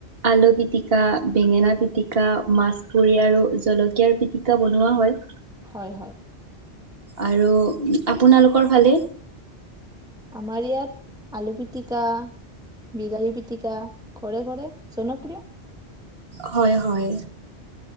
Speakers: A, on the right (about 60°); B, in the centre.
A: আলু পিটিকা, বেঙেনা পিটিকা, মাছপুৰি আৰু জলকীয়াৰ পিটিকা বনোৱা হয়।
B: হয়, হয়।
A: আৰু আপোনালোকৰ ফালে?
B: আমাৰ ইয়াত আলু পিটিকা বিলাহী পিতিকা ঘৰে-ঘৰে জনপ্ৰিয়।
A: হয়, হয়।